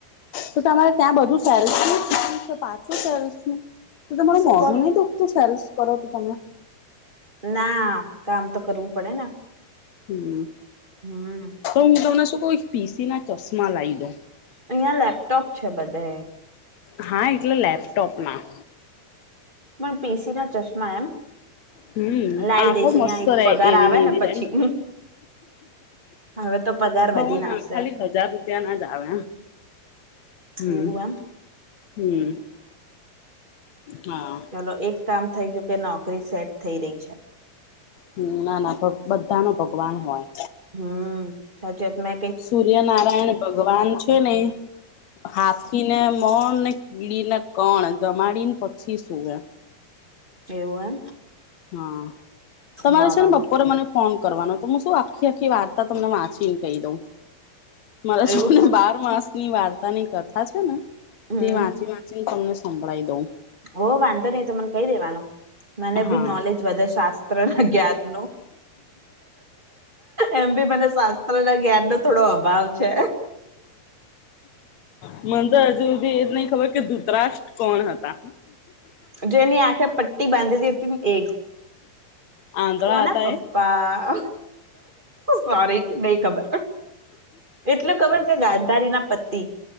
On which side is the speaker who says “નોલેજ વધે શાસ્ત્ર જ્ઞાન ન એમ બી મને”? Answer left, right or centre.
Right